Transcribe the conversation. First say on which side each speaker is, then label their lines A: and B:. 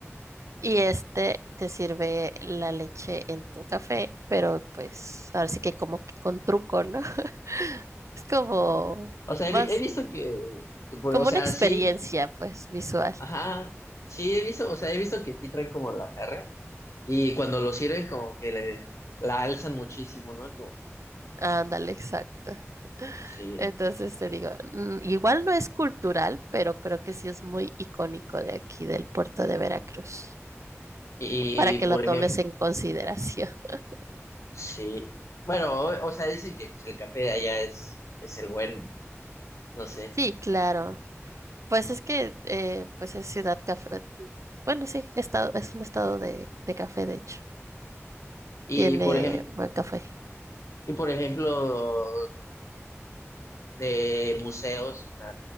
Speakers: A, on the right; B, on the left.
A: Y este te sirve la leche en tu café, pero pues ahora sí que como que con truco, ¿no? <laughs> Es como
B: O sea,
A: más,
B: he, vi- he visto que, que por-
A: como
B: o sea,
A: una experiencia,
B: sí,
A: pues, visual.
B: ajá, sí he visto, o sea, he visto que sí traen como la jarra y cuando lo sirven como que le- la alzan muchísimo, ¿no? Es como,
A: Ándale, exacto.
B: sí.
A: Entonces te digo, mm, igual no es cultural, pero creo que sí es muy icónico de aquí, del puerto de Veracruz,
B: Y
A: para que
B: por
A: lo tomes
B: ejemplo,
A: en consideración. <laughs>
B: Sí. Bueno, o, o sea, dicen que pues, el café de allá es, es el bueno, no sé.
A: Sí, claro. Pues es que, eh, pues es ciudad café. Bueno, sí, estado, es un estado de, de café, de hecho.
B: Y
A: Tiene
B: por ejemplo,
A: buen café.
B: y por ejemplo, de museos, o sea,